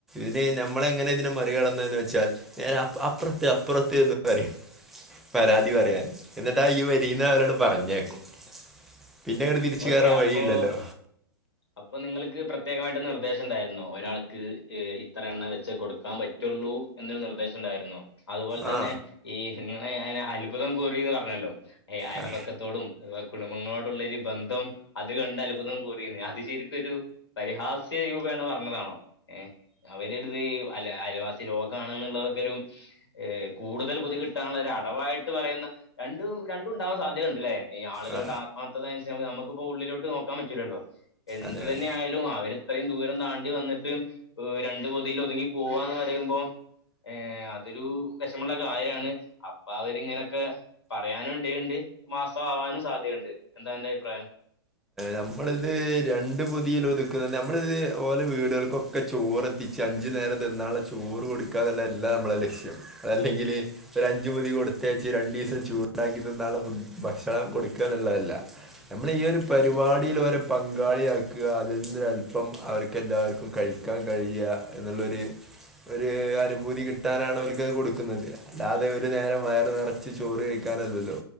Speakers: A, in the centre; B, on the left.
A: ഇത് നമ്മള് എങ്ങനെ ഇതിനെ മറികടന്നെന്ന് വെച്ചാൽ ഞാൻ അപ്പുറത്ത് അപ്പുറത്ത് എന്ന് പറയും. പരാതി പറയാൻ എന്നിട്ടാ ഈ വരീന്ന് ആളോട് പറഞ്ഞേക്കും പിന്നെങ്ങാട്. <unintelligible> <unintelligible> കയറാൻ
B: ഓക്കെ
A: വഴിയില്ലല്ലോ.
B: അപ്പോ അപ്പൊ നിങ്ങൾക്ക് പ്രത്യേകമായിട്ട് നിർദ്ദേശം ഉണ്ടായിരുന്നോ ഒരാൾക്ക് ഇത്ര എണ്ണം വെച്ച് കൊടുക്കാൻ പറ്റുള്ളൂ. എന്നൊരു നിർദ്ദേശം ഉണ്ടായിരുന്നോ. അതുപോലെ തന്നെ
A: ആ
B: ഈ നിങ്ങളെ ഞാൻ അത്ഭുതം കൂറിന്ന് പറഞ്ഞല്ലോ എ അയൽപക്കത്തോടും.
A: ആ
B: അഥവാ കുടുംബങ്ങളോടുള്ള ഒരു ബന്ധം അത് കണ്ട് അത്ഭുതം കൂറിന്ന് അത് ശരി. ഒരു പരിഹാസ്യ രൂപേണ പറഞ്ഞതാണോ ഏ. അവരടുത്ത് അല അയൽവാസി രോഗാണ് എന്നുള്ളതൊക്കെ ഒരു. ഏ കൂടുതൽ പൊതി കിട്ടാനുള്ള ഒരു അടവായിട്ട് പറയുന്ന രണ്ടും രണ്ടും ഉണ്ടാവാൻ സാധ്യത ഉണ്ടല്ലേ. ഈ ആളുകളുടെ
A: ആ
B: ആത്മാർത്ഥത അനുസരിച്ച് നമുക്കിപ്പോ ഉള്ളിലോട്ട് നോക്കാൻ പറ്റൂല്ലല്ലോ എന്ത്
A: അങ്ങനെ
B: തന്നെയാ. അവര് ഇത്രയും ദൂരം താണ്ടി വന്നിട്ട് രണ്ടു പൊതിൽ ഒതുങ്ങി പോവാന്ന് പറയുമ്പോ. ഏഹ് അതൊരു വെഷമമുള്ള കാര്യാണ് അപ്പ അവര്. ഇതിങ്ങനെ ഒക്കെ പറയാനും ഇടയുണ്ട് മാസം ആവാനും സാധ്യതയുണ്ട് എന്താ അന്റെ അഭിപ്രായം.
A: നമ്മളിത് രണ്ടു പൊതിയിൽ ഒതുക്കുന്നത് നമ്മളിത് ഓലെ വീടുകൾക്കൊക്കെ. ഒക്കെ ചോറ് എത്തിച്ച് അഞ്ച് നേരം തിന്നാനുള്ള ചോറ് കൊടുക്കുക എന്നല്ല നമ്മളുടെ ലക്ഷ്യം അതല്ലെങ്കില്. ഒരു അഞ്ച് പൊതി കൊടുത്തയച്ച് രണ്ട് ദിവസം ചൂടാക്കി തിന്നാനുള്ള ഫു ഭക്ഷണം കൊടുക്ക എന്നുള്ളതല്ല. നമ്മള് ഈ ഒരു. പരിപാടിയിൽ ഓരെ പങ്കാളി ആക്കുക അതിൽ നിന്നോരു അല്പം അവർക്ക് എല്ലാവർക്കും കഴിക്കാൻ കഴിയുക. എന്നുള്ളൊരു. ഒരു അനുഭൂതി കിട്ടാനാണ് ഓല്ക്കത് കൊടുക്കുന്നത് അല്ലാതെ ഒരു നേരം വയറ് നിറ. ച്ച് ചോറ് കഴിക്കാനല്ലല്ലോ